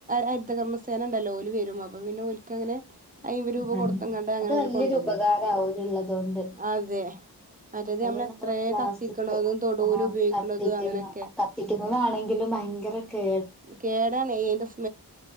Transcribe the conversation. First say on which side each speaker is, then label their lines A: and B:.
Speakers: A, on the right; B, in the centre.
A: ഹരിത കർമ്മ സേന ഉണ്ടല്ലോ ഓല് വരും അപ്പൊ പിന്നെ ഓൽക്ക അങ്ങനെ അയ്മ്പത് രൂപ
B: ആ
A: കൊടുത്തങ്ങാണ്ട് അങ്ങനെ
B: അത്
A: ഓല്
B: വലിയൊരു
A: കൊണ്ടോകും
B: ഉപകാര ഓൽ ഉള്ളതോണ്ട്.
A: അതെ മറ്റേത്
B: അല്ലെ
A: നമ്മള്
B: നമ്മൾ
A: എത്രേ
B: പ്ലാസ്റ്റിക്
A: കത്തിക്കണതും തൊടുവില്
B: ആ
A: ഉപയോഗിക്കണതും
B: കത്തിക്കുന്ന
A: അങ്ങനെയൊക്കെ
B: കത്തിക്കുന്നതാണെങ്കിലും ഭയങ്കര കേ
A: കേടാണെ അയിന്റെ സ്